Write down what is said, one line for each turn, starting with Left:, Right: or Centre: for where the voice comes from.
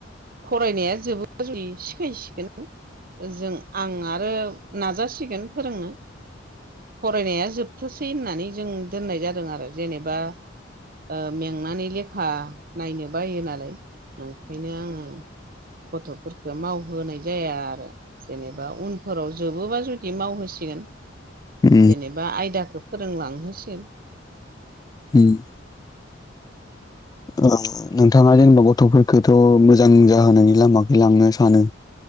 Right: फरायनाया जोबो जुदि सिखायसिगोन। ओ जों आं आरो नाजासिगोन फोरोंनो फरायनाया जोबथोंसै होननानै जों दोननाय जादों आरो जेनेबा ओ मेंनानै लेखा नायनो बायो नालाय ओंखायनो आङो गथ'फोरखौ मावहोनाय जाया आरो जेनेबा बा उनफोराव जोबोबा जुदि मावहोसिगोन।
Left: उम
Right: जेनेबा आयदाखौ फोरोंलांहोसिगोन
Left: उम ओ नोंथाङा जेनबा गथ'फोरखौथ' मोजां जाहोनायनि लामखौ लांनो सानो